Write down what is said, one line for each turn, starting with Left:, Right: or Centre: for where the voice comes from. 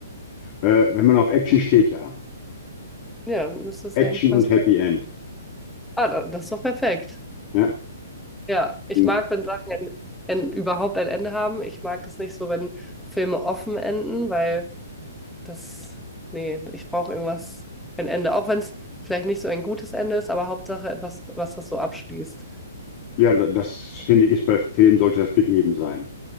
Left: Äh, wenn man auf Action steht, ja.
Centre: Ja, dann müsste es
Left: Action
Centre: ja eigentlich
Left: und
Centre: was.
Left: Happy End.
Centre: Ah, da- das ist doch perfekt.
Left: Ja,
Centre: Ja, ich
Left: und
Centre: mag, wenn Sachen ein, ein, überhaupt ein Ende haben. Ich mag das nicht so, wenn Filme offen enden, weil Das, nee, ich brauche irgendwas, ein Ende. Auch wenn es vielleicht nicht so ein gutes Ende ist, aber Hauptsache etwas, was das so abschließt.
Left: ja, da- das finde ich, ist bei Filmen sollte das gegeben sein.